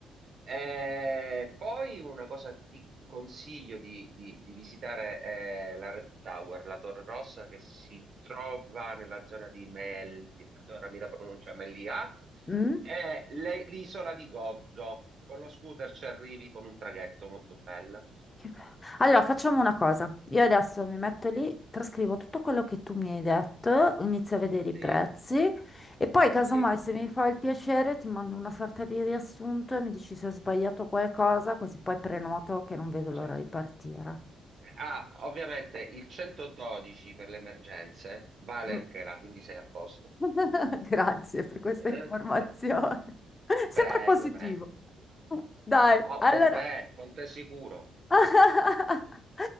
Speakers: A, on the right; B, on the left.
A: Eh, poi una cosa ti consiglio di, di- di visitare è la Red Tower, la Torre Rossa che si trova nella zona di Mel, di, perdonami la pronuncia, Melia,
B: Mm?
A: è le- l'isola di Gozo. Con lo scooter ci arrivi con un traghetto molto bello.
B: Che be- Allora, facciamo una cosa. Io adesso mi metto lì, trascrivo tutto quello che tu mi hai detto, inizio a vedere i prezzi
A: Sì,
B: e poi, casomai,
A: sì,
B: se mi fa il piacere, ti mando una sorta di riassunto e mi dici se ho sbagliato qualcosa, così poi prenoto che non vedo l'ora
A: certo.
B: di partire.
A: Ah, ovviamente il 112 per le emergenze vale
B: Mm.
A: anche là, quindi sei a posto.
B: <laughs> Grazie per questa
A: Eh?
B: informazione.
A: eh.
B: <laughs> Sempre
A: Prego,
B: positivo.
A: prego.
B: Dai,
A: Oh,
B: allora.
A: con te, con te sicuro.
B: <laughs>